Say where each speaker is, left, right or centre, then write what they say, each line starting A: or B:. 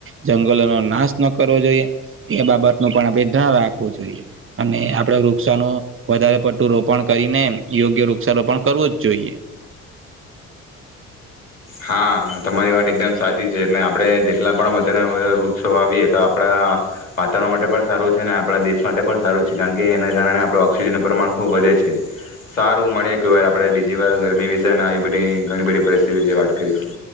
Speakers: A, on the right (about 30°); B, on the left (about 85°).
A: જંગલોનો નાશ ન કરવો જોઈએ એ બાબતનુંું પણ આપ ધ્યાન રાખવું જોઈએ અને આપડ વૃક્ષોનું વધારે પટ્ટું રોપણ કરીને યોગ્ય વૃક્ષારોપણ કરવો જ જોઈએ.
B: હા તમારી વાત એકદમ સાચી છે એટલે આપડણે જેટલા પણ વધારેને વધારે વૃક્ષો આવીએ તો આપણા વાતાવરણ માટે પણ સારું છે ને આપણા દેશ માટે પણ સારું છે કારણ કે એના કારણે આપડ ઓક્સિજનનું પ્રમાણ ખુબ વધે છે સારું મળે એક વાર આપડણે બીજી વાર ગરમી વિશે અને આવી બધી ઘણી બધી પરિસ્થિતિ વિશે વાત કરીએ. કરીશું.